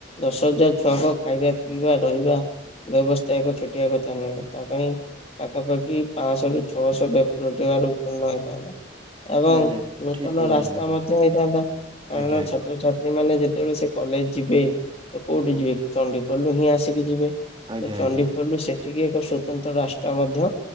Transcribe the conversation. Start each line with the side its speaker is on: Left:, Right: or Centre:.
Left: ଦଶ ହଜାର ଛୁଆଙ୍କ ଖାଇବା ପିଇବା ରହିବା ବ୍ୟବସ୍ଥା ଏକ ଛୋଟିଆ କଥା ନୁହେଁ ତା ପାଇଁ ପାଖାପାଖି ପାଆଁଶ ରୁ ଛଅଶ ବ ରୋଜଗାର ଉତ୍ପନ୍ନ ହୋଇଥାନ୍ତା। ଏବଂ
Right: ନାଇଁ ନାଇଁ
Left: ନୂତନ
Right: ଠିକ କହୁଛନ୍ତି
Left: ରାସ୍ତା
Right: ଆପଣ
Left: ମଧ୍ୟ ହେଇଥାନ୍ତା କାରଣ
Right: ଆଜ୍ଞା ଆଜ୍ଞା
Left: ଛାତ୍ରଛା ସେମାନେ ଯେତେବେଳେ ସେ କଲେଜ ଯିବେ ତ କୋଉଠି ଯିବେ ଚଣ୍ଡୀଗୋଲରୁ ହିଁ ଆସିକି ଯିବେ।
Right: ଆଜ୍ଞା
Left: ଚଣ୍ଡି
Right: ଆଜ୍ଞା
Left: ଖୋଲରୁ ସେଠିକି ଏକ ସ୍ଵତନ୍ତ୍ର ରାସ୍ତା ମଧ୍ୟ